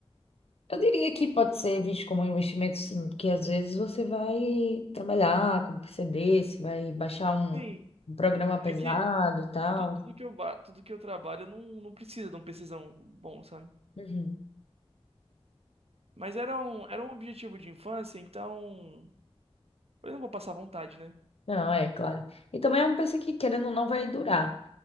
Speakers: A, on the left (about 65°); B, on the right (about 70°).
A: Eu diria que pode ser visto como um investimento, sim, porque às vezes você vai trabalhar com PCD, você vai baixar um,
B: Sim.
A: um programa pesado
B: É que
A: e tal.
B: tudo, tudo que eu, ba- tudo que eu trabalho não, não precisa de um PCzão bom, sabe?
A: Uhum.
B: Mas era um, era um objetivo de infância, então. Eu não vou passar vontade, né?
A: Não, é claro. E também é um PC que, querendo ou não, vai durar.